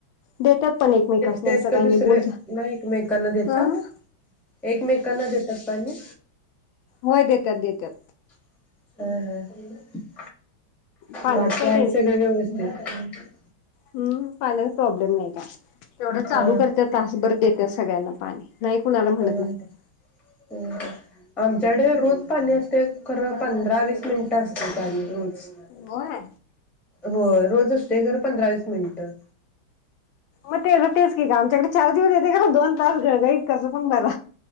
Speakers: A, on the left (about 75°); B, in the centre.
A: देत्यात पण एकमेकासनी.
B: त्यात
A: असं काही
B: का दुसरे
A: नाही बोल
B: ना एकमेकांना देतात.
A: अं
B: एकमेकांना देतात पाणी.
A: होय देत्यात देत्यात.
B: अहहह.
A: पाण्याच
B: बाकी
A: काही
B: हाइत सगळे व्यवस्थित.
A: हमम पाण्याचा प्राॅब्लेम नाही काय तेवढ चालू
B: हा
A: करत्या तासभर देतेस. सगळ्यांना पाणी नाही कुणाला म्हणत
B: हम
A: नाही
B: ह आमच्याकडे रोज पाणी असतय खरं पंधरा -वीस मिनिटं असतय पाणी रोज.
A: होय
B: होय. रोज असतय खरं पंधरा - वीस मिनट. तर
A: मग तेच तेच की का आमच्याकडे चार दिवस येतय खरं दोन तास घळघळीत कसं पण भरा.